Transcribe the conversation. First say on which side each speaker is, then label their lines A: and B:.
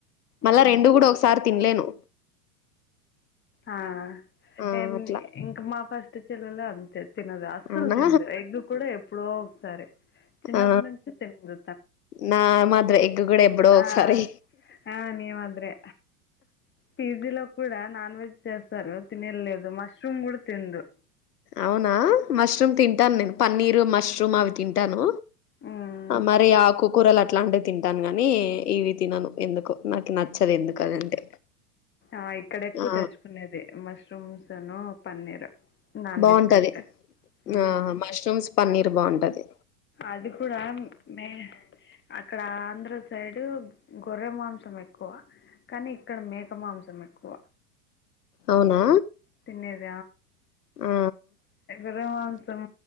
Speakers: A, on the left; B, on the left.
A: మళ్ళా
B: అవునులే
A: రెండు కూడా ఒకసారి తినలేను
B: ఆ
A: ఆ
B: ఏందీ
A: అట్లా
B: ఇంకా మా ఫస్ట్ ల అంతే తినదు అస్సలు
A: అవునా
B: తిదు ఎగ్ కూడా ఎప్పుడో ఒకసారి చిన్నప్పటి
A: ఆ
B: నుంచి తిందు
A: నా మాత్ర ఎగ్ కూడా ఎప్పుడో
B: ఆ
A: ఒకసారి
B: ఆ నివద్రే పిజిలో కూడా నాన్ వెజ్ చేస్తారు తినేలేదు మష్రూమ్ కూడా తినడు.
A: అవునా మష్రూమ్ తింటాను నేను పన్నీర్ మష్రూమ్ అవి తింటాను.
B: ఉ
A: అ మరి ఆకుకురాలా అట్లాంటివి తింటాను గాని ఇవి తినను ఎందుకు నాకు నచ్చదు ఎందుకు అదంటే
B: ఆ ఇక్కడ ఎక్కువ
A: ఆ
B: తెచ్చుకునేది మష్రూమ్స్ను పన్నీర్ నాన్
A: బాగుంటది
B: వెజ్ కంటే మ్మ్
A: ఆ మష్రూమ్స్ పన్నీర్ బావుంటది.
B: అది కూడా మే అక్కడ ఆంధ్ర సైడ్ గొర్రె మాంసం ఎక్కువ. కానీ ఇక్కడ మేక మాంసం ఎక్కువ.
A: అవునా
B: తినేద
A: ఆ
B: ఎ గొర్రె మాంసం